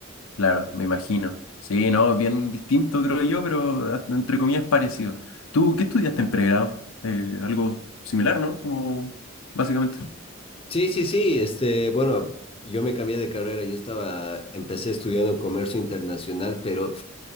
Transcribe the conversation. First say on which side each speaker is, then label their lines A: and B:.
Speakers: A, on the left; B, on the left.
A: claro, me imagino. Sí, no, bien distinto creo yo, pero hasta entre comillas parecido. ¿Tú qué estudiaste en pregrado? Eh, algo similar, ¿no? Como básicamente.
B: Sí, sí, sí, este, bueno, yo me cambié de carrera, yo estaba, empecé estudiando comercio internacional, pero